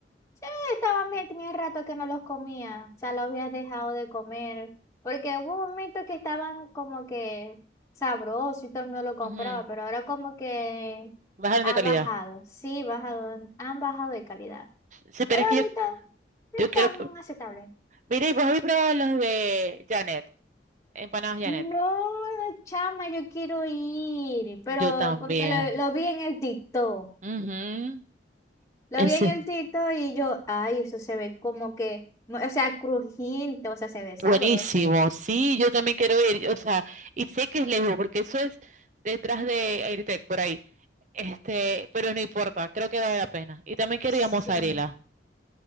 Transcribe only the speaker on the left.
Sí, estaban bien, tenía rato que no los comía, o sea, los había dejado de comer, porque hubo un momento que estaban como que sabrosos y todo el mundo lo compraba,
pero ahora como que
ha
bajado, sí, bajado, han bajado de calidad,
pero
ahorita
están
aceptables.
No, chama, yo quiero ir, pero
porque lo, lo vi en el TikTok,
lo
vi en el TikTok y yo, ay, eso se ve como que, o sea, crujiente, o sea, se ve sabroso.
Sí.